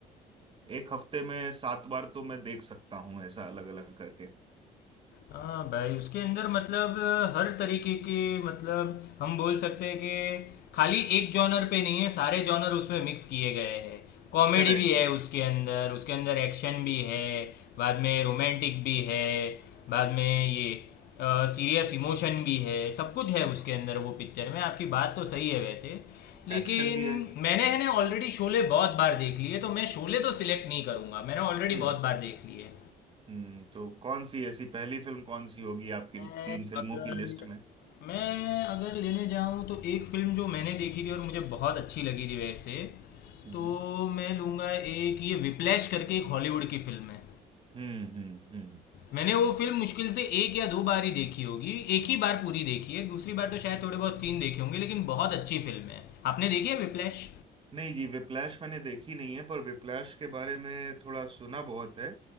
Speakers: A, on the right; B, on the left.
A: एक हफ्ते में सात बार तो मैं देख सकता हूँ ऐसा अलग अलग करके
B: हाँ भाई उसके अंदर मतलब अ, हर तरीके के मतलब हम बोल सकते हैं कि खाली एक जॉनर पे नहीं है सारे जॉनर उसमें मिक्स किए गए हैं कॉमेडी
A: करेक्ट
B: भी है उसके अंदर उसके अंदर एक्शन भी है बाद में रोमांटिक भी है बाद में ये सीरियस इमोशन भी है सब कुछ है उसके अंदर वो पिक्चर में आपकी बात तो सही है वैसे लेकिन
A: एक्शन भी है
B: मैंने है ना ऑलरेडी शोले बहुत बार देख ली है तो मैं शोले तो सिलेक्ट नहीं करूंगा मैंने ऑलरेडी
A: हम्म
B: बहुत बार देख ली है
A: हम्म तो कौन सी ऐसी पहली फिल्म कौन सी होगी आपकी
B: मैं
A: तीन फिल्मों
B: अगर
A: की लिस्ट में
B: मैं अगर लेने जाऊँ तो एक फिल्म जो मैंने देखी थी और मुझे बहुत अच्छी लगी थी वैसे
A: हम्म
B: तो मैं लूँगा एक ये विप्लैश करके एक हॉलीवुड की फिल्म है
A: हम्म हम्म हम्म
B: मैंने वो फिल्म मुश्किल से एक या दो बार ही देखी होगी एक ही बार पूरी देखी है दूसरी बार तो शायद थोड़े बहुत सीन देखे होंगे लेकिन बहुत अच्छी फिल्म है आपने देखी है विप्लैश
A: नहीं जी विप्लैश मैंने देखी नहीं है पर विप्लैश के बारे में थोड़ा सुना बहुत है